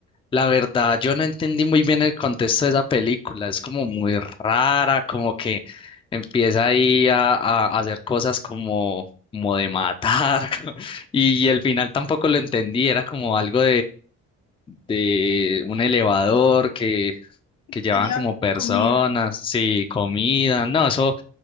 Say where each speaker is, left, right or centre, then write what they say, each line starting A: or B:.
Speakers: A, on the left; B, on the left.
A: la verdad yo no entendí muy bien el contexto de esa película. Es como muy rara, como que empieza ahí a, a- a hacer cosas como, como de matar. <laughs> Y, y el final tampoco lo entendí, era como algo de un elevador que, que llevaban
B: que lleva
A: como personas,
B: comida.
A: sí, comida, no, eso,